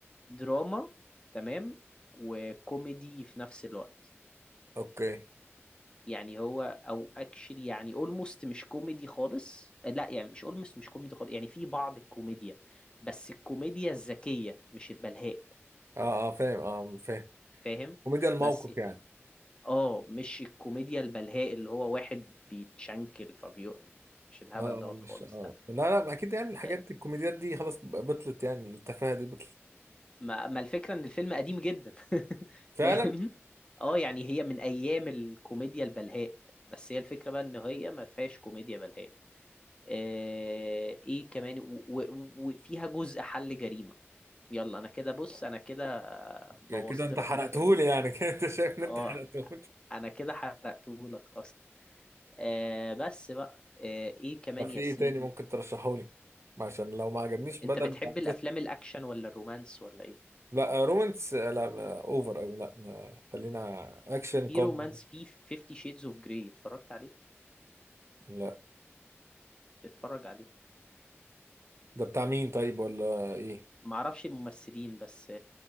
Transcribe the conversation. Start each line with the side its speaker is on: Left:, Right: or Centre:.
Left: دراما تمام وكوميدي في نفس الوقت
Right: اوكي
Left: يعني هو او اكشلي يعني اولموست مش كوميدي خالص لا يعني مش اولموست مش كوميدي خالص يعني في بعض الكوميديا بس الكوميديا الذكية مش البلهاء
Right: اه اه فاهم اه فاهم
Left: فاهم
Right: كوميديا الموقف
Left: بس
Right: يعني
Left: اه مش الكوميديا البلهاء اللي هو واحد بيتشنكل فبيو يعني مش الهبل
Right: اه
Left: دوت
Right: آه، مش
Left: خالص
Right: اه
Left: لا
Right: لا لا ما اكيد يعني الحاجات
Left: آه،
Right: الكوميديات دي خلاص بطلت يعني التفاهة دي بطلت
Left: ما, ما الفكرة ان الفيلم قديم جدا <laughs>
Right: فعلا
Left: فاهم اه يعني هي من ايام الكوميديا البلهاء بس هي الفكرة بقى ان هي ما فيهاش كوميديا بلهاء آه، ايه كمان و- و- وفيها جزء حل جريمة يلا انا كده بص انا كده بوظت
Right: ك- كده انت
Left: لك
Right: حرقتهولي
Left: الفيلم
Right: يعني <laughs> كده انت شايف ان انت
Left: اه
Right: حرقتهولي
Left: انا كده حرقته لك اصلا آه بس بقى آه ايه كمان
Right: طب في
Left: يا
Right: ايه
Left: سيدي
Right: تاني ممكن ترشحهولي عشان لو ما عجبنيش
Left: انت
Right: بدل
Left: بتحب
Right: ما
Left: الافلام الاكشن ولا الرومانس ولا ايه
Right: لا رومانس لا ما اوفر قوي لا ما خلينا اكشن
Left: في
Right: كوم
Left: رومانس في 50 شيدز اوف جراي اتفرجت عليه
Right: لا
Left: اتفرج عليه
Right: ده بتاع مين طيب ولا ايه
Left: معرفش الممثلين بس